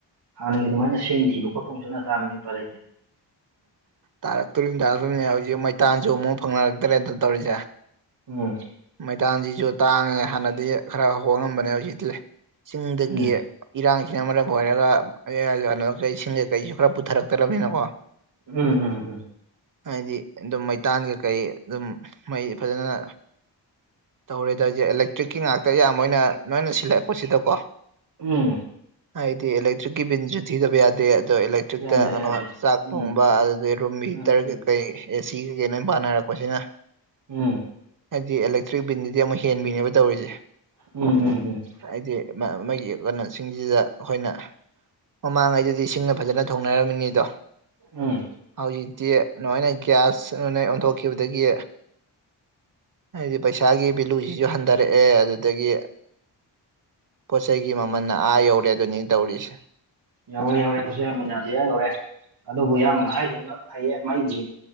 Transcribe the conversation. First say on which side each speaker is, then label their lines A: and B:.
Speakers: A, on the right (about 65°); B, on the right (about 45°).
A: ꯍꯥꯟꯅꯒꯤ ꯑꯗꯨꯃꯥꯏꯅ ꯁꯤꯡ ꯊꯤꯕ ꯈꯣꯠꯄꯛꯠꯅ ꯇꯥꯝꯃꯤ ꯅꯨꯄꯥ ꯂꯩꯇ
B: ꯇꯥꯔꯛꯇꯣꯝ ꯇꯥꯔꯛꯛꯇꯕꯅꯦ
A: ꯑꯗꯨꯗ
B: ꯍꯧꯖꯤꯛ ꯃꯩꯇꯥꯟꯁꯨ ꯑꯃꯨꯛ ꯐꯪꯅꯔꯛꯇ꯭ꯔꯦꯗ ꯇꯧꯔꯤꯁꯦ
A: ꯎꯝ
B: ꯃꯩꯇꯥꯟꯁꯤꯁꯨ ꯇꯥꯡꯉꯦ ꯍꯥꯟꯅꯗꯤ ꯈꯔ ꯍꯣꯡꯉꯝꯕꯅꯦ ꯍꯧꯖꯤꯛꯇꯤ ꯆꯤꯡꯗꯒꯤ
A: ꯎꯝ
B: ꯏꯔꯥꯡꯁꯤꯅ ꯃꯔꯝ ꯑꯣꯏꯔꯒ ꯑꯩꯖ ꯏꯁꯤꯡꯒ ꯀꯔꯤꯁꯨ ꯈꯔ ꯄꯨꯊꯔꯛꯇ꯭ꯔꯕꯅꯤꯅꯀꯣ
A: ꯎꯝ ꯎꯝ ꯎꯝ
B: ꯍꯥꯏꯗꯤ ꯑꯗꯨꯝ ꯃꯩꯇꯥꯟ ꯀꯩ ꯀꯩ ꯑꯗꯨꯝ ꯃꯩ ꯐꯖꯅ ꯇꯧꯔꯦꯗꯁꯦ ꯑꯦꯂꯦꯛꯇ꯭ꯔꯤꯛꯀꯤ ꯉꯥꯛꯇ ꯌꯥꯝꯌꯥꯝꯕꯅ ꯅꯣꯏꯅ ꯁꯤꯜꯂꯛꯄꯁꯤꯗꯀꯣ
A: ꯎꯝ
B: ꯍꯥꯏꯗꯤ ꯑꯦꯂꯦꯛꯇ꯭ꯔꯤꯛꯀꯤ ꯕꯤꯟꯁꯨ ꯊꯤꯗꯕ ꯌꯥꯗꯦ ꯑꯗꯣ ꯍꯇ꯭ꯔꯤꯛꯇ
A: ꯌꯥꯗꯦ
B: ꯀꯩꯅꯣ
A: ꯌꯥꯗꯦ
B: ꯆꯥꯛ
A: ꯎꯝ
B: ꯊꯣꯡꯕ ꯑꯗꯨꯗꯒꯤꯩ ꯔꯨꯝ ꯍꯤꯇꯔ
A: ꯎꯝ ꯎꯝ
B: ꯀꯩꯀꯩ ꯑꯦꯁꯤ ꯀꯩꯀꯅꯣꯏ ꯄꯥꯟꯅꯔꯛꯄꯁꯤꯅ
A: ꯎꯝ
B: ꯁꯤꯗꯤ ꯑꯦꯂꯦꯛꯇ꯭ꯔꯤꯛ ꯕꯤꯟꯗꯗꯤ ꯑꯃꯨꯛ ꯍꯦꯟꯕꯤꯅꯦꯕ ꯇꯧꯔꯤꯁꯦ
A: ꯎꯝ ꯎꯝ ꯎꯝ
B: ꯍꯥꯏꯗꯤ ꯃꯣꯏꯒꯤ ꯀꯩꯅꯣꯁꯤꯡꯁꯤꯗ ꯑꯩꯈꯣꯏꯅ ꯃꯃꯥꯡꯉꯩꯗꯗꯤ ꯏꯁꯤꯡꯅ ꯐꯖꯅ ꯊꯣꯡꯅꯔꯝꯃꯤꯅꯤꯗꯣ
A: ꯎꯝ
B: ꯍꯧꯖꯤꯛꯇꯤ ꯅꯥꯏꯅ ꯒ꯭ꯌꯥꯁꯅ ꯑꯣꯟꯊꯣꯛꯈꯤꯕꯗꯒꯤ ꯍꯥꯏꯗꯤ ꯄꯩꯁꯥꯒꯤ ꯚꯤꯂꯨꯁꯤꯁꯨ ꯍꯟꯊꯔꯛꯑꯦ ꯑꯗꯨꯗꯒꯤ ꯄꯣꯠ ꯆꯩꯒꯤ ꯃꯃꯜꯅ ꯑꯥ ꯌꯧꯔꯦ ꯑꯗꯨꯅꯤꯅ ꯇꯧꯔꯤꯁꯦ
A: ꯌꯧꯔꯦ ꯌꯧꯔꯦ ꯐꯁ ꯃꯅꯥ ꯇꯤꯌꯥ ꯌꯧꯔꯛꯦ ꯑꯗꯨꯕꯨ ꯌꯥꯝꯕꯅ ꯍꯥꯏꯗꯣꯛꯅ ꯐꯩꯌꯦ ꯃꯩꯒꯤ